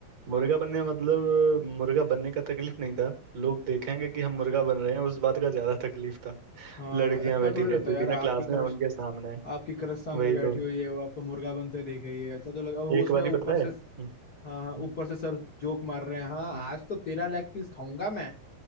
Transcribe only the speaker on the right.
मुर्गा बनने का मतलब मुर्गा बनने का तकलीफ नहीं था लोग देखेंगे कि हम मुर्गा बन रहे हैं उस बात का ज्यादा तकलीफ था
लड़कियां
बैठी
रहती
थी
ना क्लास
में उनके सामने
वही
तो
एक
बारी
पता
है हम्म,
हम्म,
हम्म,